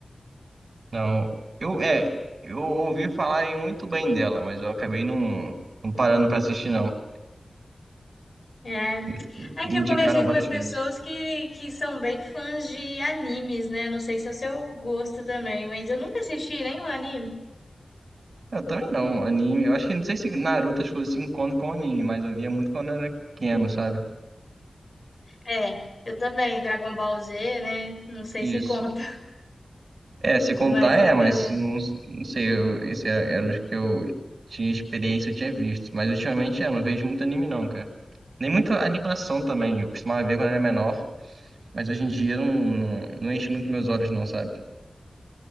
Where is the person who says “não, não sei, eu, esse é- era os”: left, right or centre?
Right